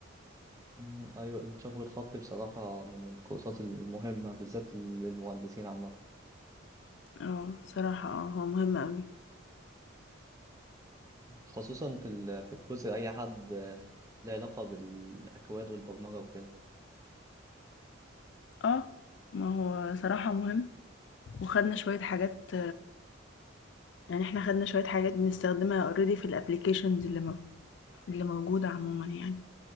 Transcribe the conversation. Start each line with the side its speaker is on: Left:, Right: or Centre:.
Right: م، أيوة الجبر الخطي بصراحة من الكورسات المهمة بالذات للمهندسين عامة
Left: اه صراحة اه هو مهم أوي
Right: خصوصا في ال- في الجزء أي حد آه، له علاقة بالأكواد والبرمجة وكده
Left: اه ما هو صراحة مهم وخدنا شوية حاجات يعني احنا خدنا شوية حاجات بنستخدمها اوريدي في الابليكيشنز اللي مو... اللي موجودة عموما يعني